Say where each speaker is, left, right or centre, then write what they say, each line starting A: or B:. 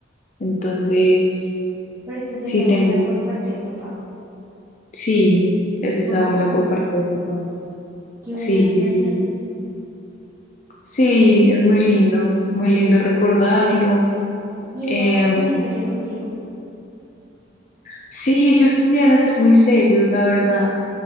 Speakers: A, on the left (about 40°); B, on the right (about 15°).
A: Entonces,
B: Pero esta sería
A: sí,
B: abuela
A: tengo,
B: por parte de papá.
A: sí, es esa
B: Wow,
A: abuela por parte de papá.
B: qué buena
A: Sí,
B: relación.
A: sí, sí. Sí, es muy lindo, muy lindo recordarlo.
B: ¿Y
A: Em,
B: ella ahora también sería contigo?
A: sí, ellos tendían a ser muy serios, la verdad.